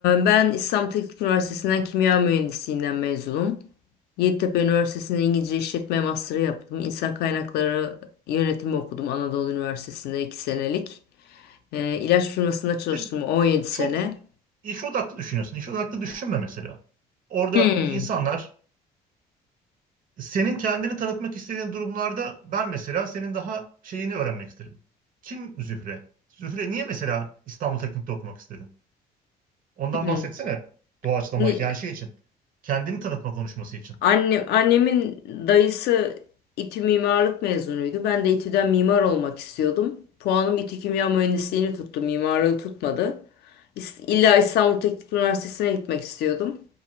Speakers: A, on the left (about 75°); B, on the right (about 55°).
A: ben İstanbul Teknik Üniversitesi'nden kimya mühendisliğinden mezunum. Yeditepe Üniversitesi'nde İngilizce İşletme Master'ı yaptım. İnsan Kaynakları Yönetimi okudum Anadolu Üniversitesi'nde 2 senelik. Ee, ilaç firmasında
B: İşte
A: çalıştım 17 sene.
B: çok İş odaklı düşünüyorsun. İş odaklı düşünme mesela. Orada
A: Hmm.
B: insanlar senin kendini tanıtmak istediğin durumlarda ben mesela senin daha şeyini öğrenmek isterim. Kim Zühre? Zühre niye mesela İstanbul Teknik'te okumak istedin? Ondan
A: Hmm.
B: bahsetsene doğaçlamayı
A: Ni-
B: yani şey için. Kendini tanıtma konuşması için.
A: Anne, annemin dayısı İTÜ mimarlık mezunuydu. Ben de İTÜ'den mimar olmak istiyordum. Puanım İTÜ Kimya Mühendisliğini tuttu, mimarlığı tutmadı. İs- İlla İstanbul Teknik Üniversitesi'ne gitmek istiyordum.